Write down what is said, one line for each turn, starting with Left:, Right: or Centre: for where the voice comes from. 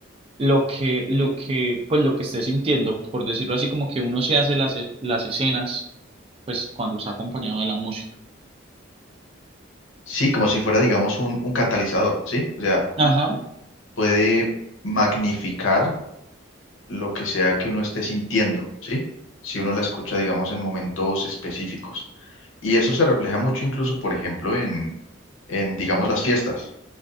Right: lo que lo que pues lo que esté sintiendo, por decirlo así, como que uno se hace las, e- las escenas pues cuando está acompañado de la música.
Left: Sí, como si fuera, digamos, un, un catalizador, ¿sí? O sea,
Right: Ajá,
Left: puede magnificar lo que sea que uno esté sintiendo, ¿sí? Si uno la escucha, digamos, en momentos específicos. Y eso se refleja mucho incluso, por ejemplo, en, en digamos, las fiestas.